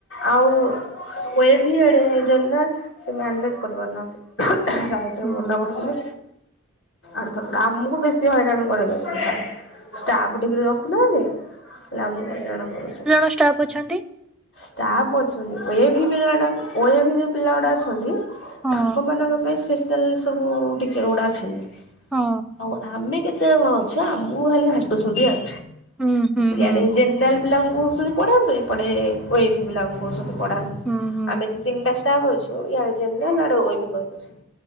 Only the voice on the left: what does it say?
ଆଉ ଓ ଏ ଭି ଇଆଡ଼େ ଜେନେରାଲ୍ ସେ ମ୍ୟାନେଜ୍ କରିପାରୁନାହାନ୍ତି। ସାଇଟ୍ ରେ
ମନା କରୁସନ୍ତି। ଆର୍ଥରକ ଆମୁକୁ ବେଶୀ ହଇରାଣ କରେଇ ଦଉସନ୍ତି ସାର ଷ୍ଟାଫ୍ ଠିକ୍ ରେ ରଖୁନାହାନ୍ତି। ରାମୁ ହଇରାଣ କରୁଛନ୍ତି।
ଷ୍ଟାଫ୍ ଅଛନ୍ତି ଏ ଭି ପିଲାମାନଙ୍କୁ ଓ ଏ ଭି ଯୋଉ ପିଲାଗୁଡ଼ା ଅଛନ୍ତି
ତାଙ୍କମାନଙ୍କ ପାଇଁ। ସ୍ପେଶାଲ୍ ସବୁ ଟିଚର ଗୁଡ଼ା ଅଛନ୍ତି
ଆଉ ଆମେ କେ ତେ କଣ ଅଛି ଆମୁକୁ ଖାଲି ଘାଣ୍ଟୁସୁନ୍ତି ଆଉ
ଇଆଡେେ
ଜେନରାଲ୍। ପିଲାଙ୍କୁ କୁହୁସନ୍ତି ପଢାନ୍ତୁ ଏପଟେ ଓ ଏ ଭି ପିଲାଙ୍କୁ କହୁସନ୍ତି ପଢାନ୍।
ଆମେ ତ ତିନ୍ଟା ଷ୍ଟାଫ୍ ଅଛୁ ଇଆଡେ ଜେନରାଲ୍ ଆଡେ ଓ ଏ ଭି କହିଦଉସନ୍ତ୍।